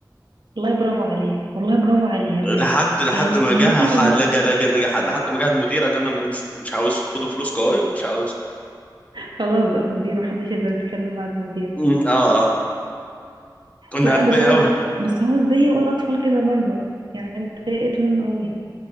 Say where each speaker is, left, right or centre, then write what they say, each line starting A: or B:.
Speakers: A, on the right (about 80°); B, on the left (about 20°).
A: والله برافو عليه والله برافو عليها
B: لحد
A: بجد
B: لحد
A: يعني
B: ما
A: يعني
B: جه
A: إيه
B: ح-
A: قول
B: لجأ
A: له
B: لجأ لجأ ح- لحد ما جه المدير قال لنا امشوا مش عاوز خدوا فلوسكم اهي ومش عاوزكم
A: خلاص بقى المدير محدش يقدر يتكلم بعد المدير
B: أمم، اه اه كنا
A: لا
B: اغبياء
A: بس هو
B: قوي
A: بس هو ازاي يقول الأطفال كده برضه يعني أنا اتضايقت منه قوي